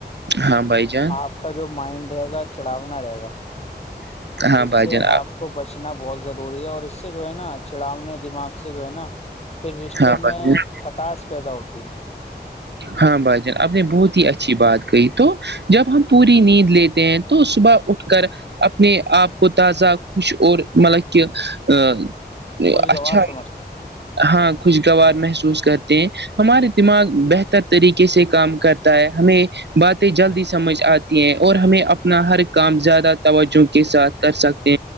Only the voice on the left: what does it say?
آپ کا جو مائنڈ رہے گا چڑھاونا رہے گا
جس
سے
آپ کو بچنا بہت ضروری ہے اور اس سے جو ہے نا چڑاونے دماغ سے جو ہے نا پھر رشتوں
میں
کھٹاس پیدا ہوتی ہے
خوشگوار
سمجھتا ہوں